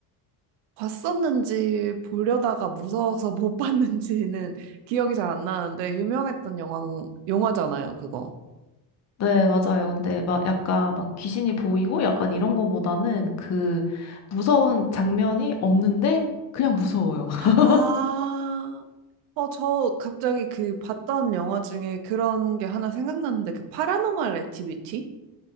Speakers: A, on the right; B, on the left.
A: 봤었는지 보려다가 무서워서 <laughs> 못 봤는지는 기억이 잘 안 나는데 유명했던 영화, 영화잖아요, 그거.
B: 네, 맞아요. 근데 막 약간 막 귀신이 보이고 약간 이런 거보다는 그 무서운 장면이 없는데 그냥 무서워요. <laughs>
A: 아, 어, 저 갑자기 그 봤던 영화 중에 그런 게 하나 생각났는데, 그 파라노말 액티비티?